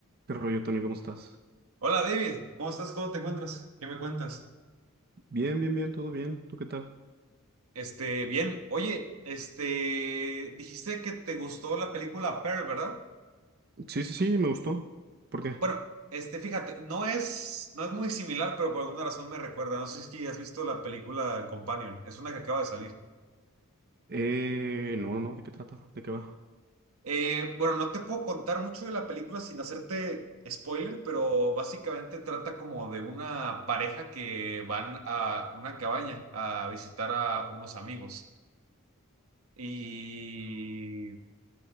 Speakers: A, on the right; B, on the right.
A: ¿Qué rollo, Tony? ¿Cómo estás?
B: Hola David, ¿cómo estás? ¿Cómo te encuentras? ¿Qué me cuentas?
A: Bien, bien, bien, todo bien. ¿Tú qué tal?
B: Este, bien. Oye, este, dijiste que te gustó la película Pearl, ¿verdad?
A: Sí, sí, sí, me gustó. ¿Por qué?
B: Bueno, este, fíjate, no es, no es muy similar, pero por alguna razón me recuerda. No sé si es que has visto la película Companion, es una que acaba de salir.
A: Eh, no, no, no, ¿de qué trata? ¿De qué va?
B: Eh, bueno, no te puedo contar mucho de la película sin hacerte spoiler, pero básicamente trata como de una pareja que van a una cabaña a visitar a unos amigos. Y